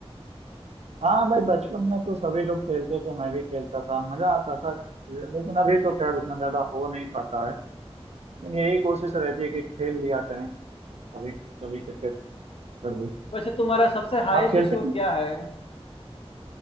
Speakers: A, on the right; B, on the left.
A: हाँ भाई बचपन में तो सभी लोग खेलते थे मैं भी खेलता था मजा आता था लेकिन अभी तो खैर उतना ज्यादा हो नहीं पाता है लेकिन यही कोशिश रहती है कि खेल लिया करें कभी कभी क्रिकेट कभी
B: वैसे तुम्हारा सबसे हाईएस्ट
A: आप खेलते
B: स्कोर
A: हैं
B: क्या है